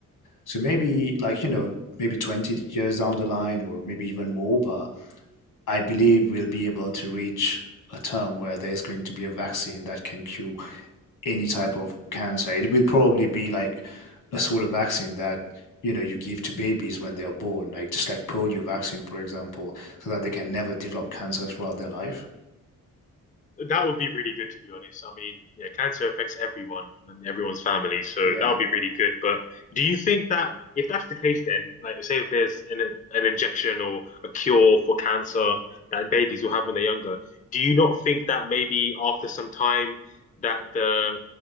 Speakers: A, on the left (about 70°); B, on the left (about 25°).
A: So maybe like, you know, maybe 20 years down the line or maybe even more, but I believe we'll be able to reach a term where there's going to be a vaccine that can cure any type of cancer. It will probably be like a sort of vaccine that you know you give to babies when they are born, like just like polio vaccine, for example, so that they can never develop cancer throughout their life.
B: that would be really good to be honest. I mean, yeah, cancer affects everyone and everyone's family, so
A: Yeah.
B: that would be really good. But do you think that if that's the case, then like say if there's an an injection or a cure for cancer that babies will have when they're younger, do you not think that maybe after some time that the